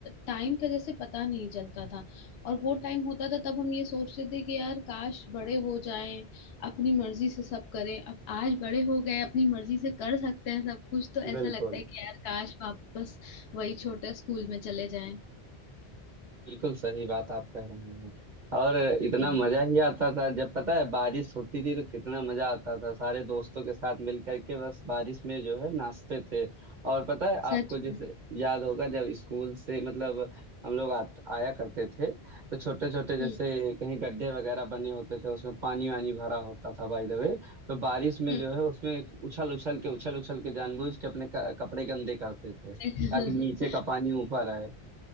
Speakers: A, on the left; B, on the right.
A: टाइम का जैसे पता नहीं चलता था और वो टाइम होता था तब हम ये सोचते थे कि यार काश बड़े हो जाएं अपनी मर्जी से सब करें अब आज बड़े हो गए अपनी मर्जी से कर सकते हैं सब कुछ तो ऐसा
B: बिल्कुल
A: लगता है कि यार काश वापस वही छोटे स्कूल में चले जाएं
B: बिल्कुल सही बात आप कह रहे हैं और इतना
A: हम्म
B: मजा ही आता था जब पता है बारिश होती थी तो कितना मजा आता था सारे दोस्तों के साथ मिल करके बस बारिश में जो है नाचते थे और पता है
A: सच
B: आपको जैसे
A: में
B: याद होगा जब स्कूल से मतलब हम लोग आ, आया करते थे तो छोटे छोटे जैसे
A: हम्म
B: कहीं गड्ढे वगैरह बने होते थे उसमें पानी वानी भरा होता था बाय द वे तो बारिश में
A: हम्म
B: जो है उसमें उछल उछल के उछल उछल के जानबूझ के अपने क- कपड़े गंदे करते थे
A: <laughs>
B: ताकि नीचे का पानी ऊपर आए